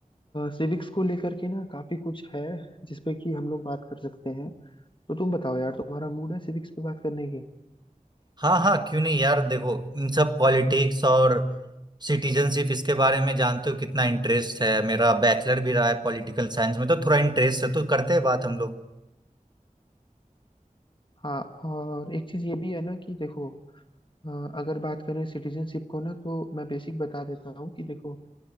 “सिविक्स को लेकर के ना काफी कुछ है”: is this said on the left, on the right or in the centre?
Left